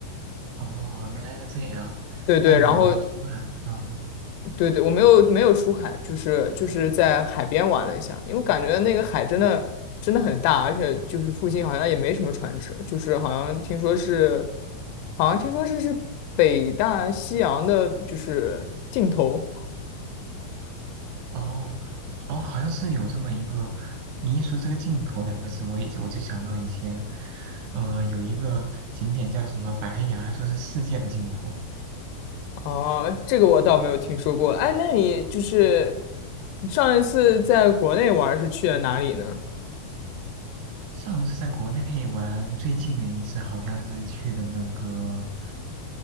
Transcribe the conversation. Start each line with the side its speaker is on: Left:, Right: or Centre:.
Right: 哦，原来是这样。
Left: 对对，
Right: 那你有没有出海？
Left: 然后
Right: 嗯。
Left: 对对，我没有没有出海，就是就是在海边玩了一下，因为感觉那个海真的真的很大，
Right: 哦
Left: 而且就是附近好像也没什么船只，就是好像听说是，好像听说这是北大西洋的，就是尽头。
Right: 哦哦，好像是有这么一个，你一说这个镜头两个字，我也就我就想到以前，呃，有一个景点叫什么白崖，说是世界的尽头。
Left: 哦，这个我倒没有听说过。哎，那你就是你上一次在国内玩儿是去了哪里呢？
Right: 上次在国内玩最近的一次，好像是去的那个，